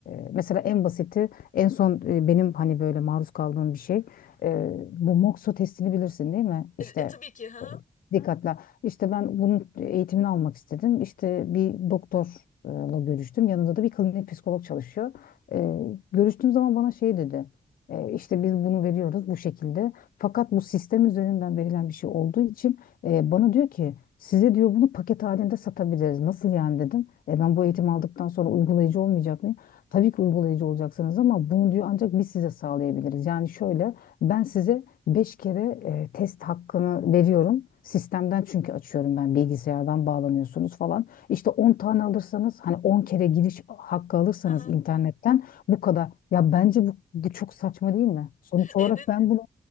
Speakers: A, on the left; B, on the left.
A: e, mesela en basiti, en son e, benim hani böyle maruz kaldığım bir şey. e, Bu MOXO testini bilirsin değil mi?
B: E,
A: İşte
B: e, tabii ki. Ha,
A: e, dikkatle. İşte ben bunun eğitimini almak istedim. İşte bir doktorla görüştüm. Yanında da bir klinik psikolog çalışıyor. Ee, görüştüğüm zaman bana şey dedi. Ee, işte biz bunu veriyoruz bu şekilde. Fakat bu sistem üzerinden verilen bir şey olduğu için e, bana diyor ki size diyor bunu paket halinde satabiliriz. Nasıl yani dedim. E, ben bu eğitimi aldıktan sonra uygulayıcı olmayacak mıyım? Tabii ki uygulayıcı olacaksınız ama bunu diyor ancak biz size sağlayabiliriz. Yani şöyle ben size beş kere e, test hakkını veriyorum. Sistemden çünkü açıyorum ben bilgisayardan bağlanıyorsunuz falan. İşte 10 tane alırsanız hani 10 kere giriş hakkı alırsanız
B: ha, ha.
A: internetten bu kadar. Ya bence bu, bu çok saçma değil mi? Sonuç
B: Evet.
A: olarak ben bunu